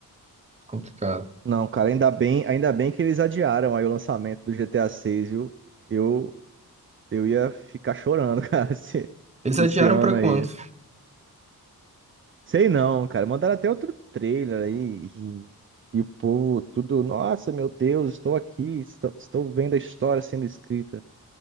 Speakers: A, on the right (about 20°); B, on the right (about 35°).
A: complicado.
B: Não, cara, ainda bem, ainda bem que eles adiaram aí o lançamento do GTA 6, viu? Eu, eu ia ficar chorando, <laughs> cara, se-
A: Eles
B: esse
A: adiaram
B: ano
A: pra
B: aí.
A: quando?
B: Sei não, cara. Mandaram até outro trailer aí. E, e o povo, tudo. Nossa, meu Deus, estou aqui. Estou, estou vendo a história sendo escrita.